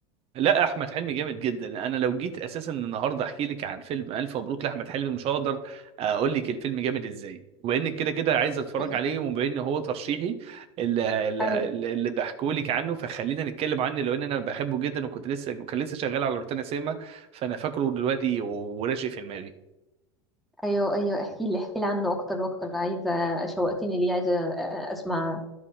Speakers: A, on the right; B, in the centre.
A: لا احمد حلمي جامد جدا انا لو جيت اساسا النهارده احكي لك عن فيلم الف مبروك لاحمد حلمي مش هقدر اقول لك الفيلم جامد ازاي وانك كده كده عايز اتفرج
B: ايوه
A: عليه وبما ان هو ترشيحي اللي, اللي
B: ايوه
A: اللي بحكوا لك عنه فخلينا نتكلم عنه لو ان انا بحبه جدا وكنت لسه وكان لسه شغال على روتانا سينما فانا فاكره دلوقتي وراشق في دماغي
B: ايوه ايوه احكي لي احكي لي عنه اكتر واكتر عايزه آه، شوقتني ليه عايزه آه، اسمع آه،